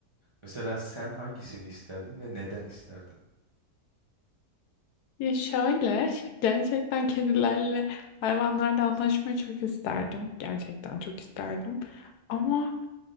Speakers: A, on the right; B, on the left.
A: Mesela sen hangisini isterdin ve neden isterdin?
B: Ya şöyle gerçekten kedilerle hayvanlarla anlaşmayı çok isterdim. Gerçekten çok isterdim. Ama